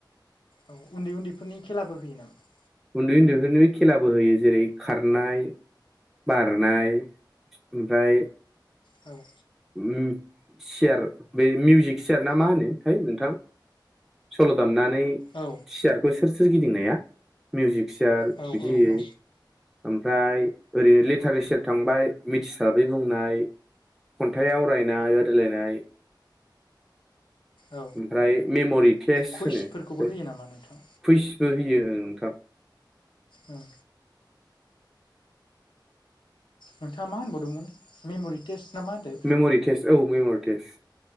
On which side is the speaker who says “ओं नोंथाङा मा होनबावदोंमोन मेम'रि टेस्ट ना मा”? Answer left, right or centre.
Left